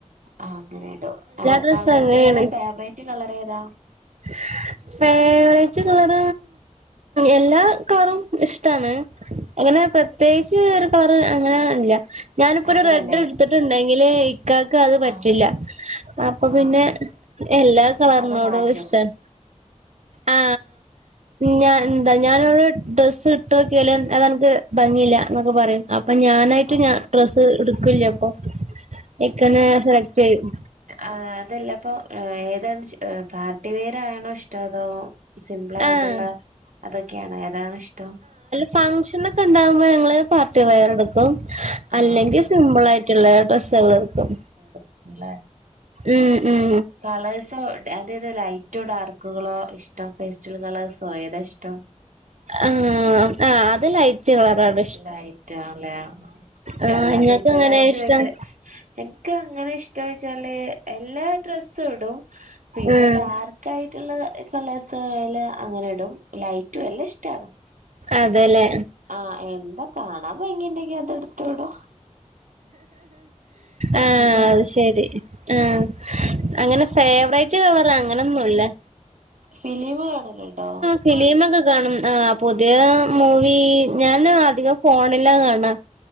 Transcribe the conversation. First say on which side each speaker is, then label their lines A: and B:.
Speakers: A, on the right; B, on the right.
A: ആ അങ്ങനെടൊ ആ
B: ഡ്രസ്സും
A: കളേഴസ്
B: അങ്ങനെയാണ്
A: ഏതാ ഫേവറേറ്റ് കളർ ഏതാ?
B: <unintelligible> ഫവറേറ്റ് കളർ എല്ലാ കളറും ഇഷ്ടമാണ് അങ്ങനെ പ്രത്യേകിച്ച് ഒരു കള റ് അങ്ങനെ ഇല്ല ഞാനിപ്പോ ഒരു
A: അങ്ങനെയല്ലേ
B: റെഡ് എടുത്തിട്ടുണ്ടെങ്കില് ഇക്കാക്ക് അത് പറ്റില്ല
A: ആഹ്
B: അപ്പൊ പിന്നെ
A: ആഹ് ആഹ്
B: എല്ലാ കളറിനോടും
A: അത് മാറ്റും
B: ഇഷ്ടം ആ ഞാൻ
A: ആഹ്
B: എന്ത ഞാനൊരു ഡ്രസ്സ് ഇട്ടോക്കിയാല അതനിക്ക് ഭംഗിയില്ല എന്നൊക്കെ പറയും അപ്പൊ ഞാനായിട്ട്
A: ആഹ്
B: ഞാൻ ഡ്രസ്സ് ഇ ടുക്ക് ല്ല പ്പൊ ഇ ക്കന്നെ സെലക്ട് ചെയ്യും
A: ആ അതല്ല പ്പൊ ഏത ച്ച് പാർട്ടി വെയർ ആണോ ഇഷ്ടം അതോ സിംപിള ആയിട്ടുള്ള
B: ആഹ്
A: അതൊക്കെയാണ് ഏതാണ് ഇഷ്ടം
B: ഫംഗ്ഷന ഒക്കെ ഉണ്ടാവുമ്പോ ഞങ്ങള് പാർട്ടി വെയർ എടുക്കും
A: ആഹ്
B: അല്ലെങ്കിൽ സിമ്പിൾ ആയിട്ട് <unintelligible> ഡ്രസ്സ് ളെ എടുക്കും
A: ടുക്കുംല്ലേ
B: ഉം ഉം
A: കളേഴ്സ് അതായത് ലൈറ്റോ ഡാർക്കുകളോ ഇഷ്ടം പെസ്റ്റൽ കളേഴ്സോ ഏതാ ഇഷ്ടം
B: ആഹ് ആ അത് ലൈ ച്ച് കള റാണ്
A: ലൈറ്റാ ല്ലെ
B: ആഹ്
A: അല്ലാതെ
B: ഇങ്ങക്ക്
A: ചെലർക്
B: എങ്ങനെ ഇഷ്ടം
A: ഭയങ്കര എൻ ക്ക് അങ്ങനെ ഇഷ്ടാ വെച്ചാല് എല്ലാ ഡ്രസ്സും ഇടും പിന്നെ
B: ഉം
A: ഡാർക്ക് ല യിട്ടുള്ള കള്ളേഴ്സെല് അങ്ങനെ ഇടും ലൈറ്റ് വല്ലാം ഇഷ്ടാ ണ്
B: അതെല്ലേ?
A: ആഹ് എന്താ കാണാൻ ഭംഗിണ്ടെങ്കി അതെ ടുത്തോടൊ
B: ആഹ്
A: അങ്ങനെയാണ്
B: അത് ശരി ആ അങ്ങനെ- ഫേവറേറ്റ് കളറ് അങ്ങനെന്നുംല്ലാ
A: ഫിലിമ് കാണല്ലോണ്ടോ
B: ഫിലീ മൊക്കെ കാണും ആ പുതിയ മൂവി ഞാൻ അധികം ഫോണിലാ കാണാ